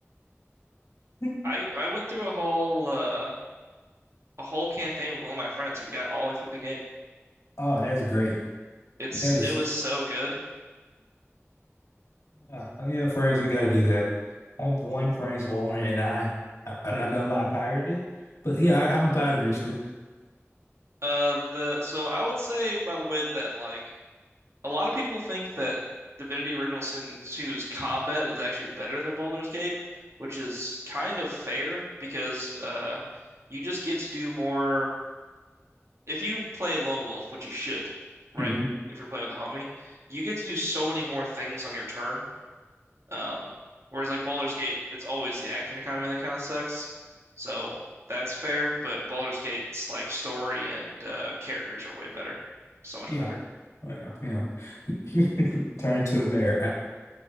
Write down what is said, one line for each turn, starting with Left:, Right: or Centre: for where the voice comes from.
Left: <laughs>
Right: I I went through a whole uh a whole campaign with one of my friends. We got all the way through the game.
Left: Oh, that's great.
Right: It's
Left: That is,
Right: it was so good.
Left: uh, yeah, friends, we got to do that. I have one friend who owned it, and I, I, I'm not gonna lie, I pirated it, but yeah, I, I'm about eventually.
Right: Uh the so I would say by the way that like a lot of people think that Divinity Original Sin two's combat is actually better than Baldur's Gate, which is kind of fair because uh you just get to do more if you play Lone Wolf, which you should, right?
Left: hmm
Right: If you're playing with a homie, you get to do so many more things on your turn Um, whereas like Baldur's Gate, it's always the action economy that kind of sucks. So that's fair, but Baldur's Gate's like story and uh, characters are way better, so much
Left: Yeah.
Right: better.
Left: Oh yeah, yeah. <laughs> Turn into the bear.